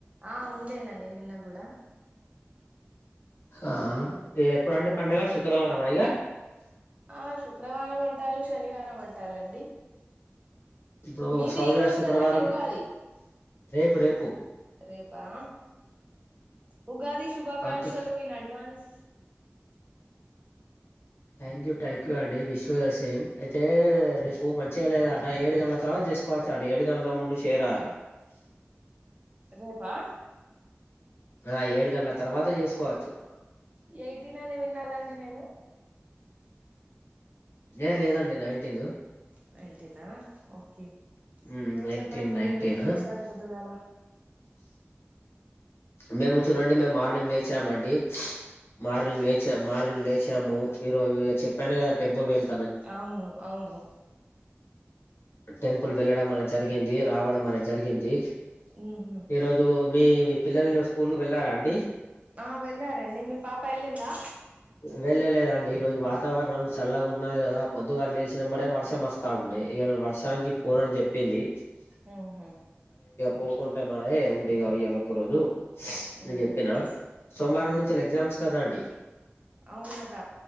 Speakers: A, on the right; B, on the left.
A: ఆ ఉండేనండి నిన్న గూడా
B: ఆ ఎప్పుడండి పండుగ శుక్రవారమ ఇగా
A: ఆ శుక్రవారం అంటాలు శనివారం అంటాలండి
B: ఇప్పుడు
A: మీది
B: సౌదీల
A: ఈ రోజు
B: శుక్రవారం
A: కాదండి ఉగాది
B: రేపు రేపు
A: రేపా ఉగాది శుభాకాంక్షలు
B: పంత్
A: in advance
B: thank you thank you అండి విషూ ద సేమ్ అయితే రేపు మంచిగా లేదాట ఏడు గంటల తర్వాత చేసుకోవచ్చాట ఏడు గంటల కన్నా ముందు చేయరాదట
A: అ <inaudible> రేపా
B: ఆ ఏడు గంటల తర్వాత చేసుకోవచ్చు
A: ఎయిటీన్ అని విన్నాదండి నేను
B: లేదు లేదండి నైన్టీను
A: నైన్టినా ఓకే
B: మ్మ్
A: మీరు
B: నైన్
A: చెప్పండి
B: టెన్ నైన్
A: మీరెప్పుడు
B: టెన్
A: లేసారు పొద్దుగాల
B: మేము చూడండి మేము మార్నింగ్ లేచామండి మార్నింగ్ లేచ మార్నింగ్ లేచాము ఈ రోజు ఇగ చెప్పాను కదా టెంపుల్ కీ వెళ్
A: అవును అవును
B: టెంపుల్ వెళ్ళడం అనేది జరిగింది రావడం అనేది జరిగింది
A: ఊహు
B: ఈరోజు మీ మీ పిల్లలు స్కూల్ కు వెళ్ళారా అండి
A: ఆ వెళ్ళారండి మీ పాప ఎల్లిందా
B: వెళ్ళలేదండి ఈరోజు వాతావరణం చల్లగా ఉన్నది కదా పొద్దుగాళ లేషినంబడే వర్షం వస్తా ఉండే ఇగ ఇపుడు వర్షానికి పోనని జెప్పింది
A: ఆహ
B: పోకుంటే మాయే ఉండిగా ఇయ్యాల ఒక రోజు అని
A: ఊహూ
B: చెప్పిన సోమవారం
A: ఊహూ
B: నుంచేలే ఎగ్జామ్స్ కదండి
A: అవునట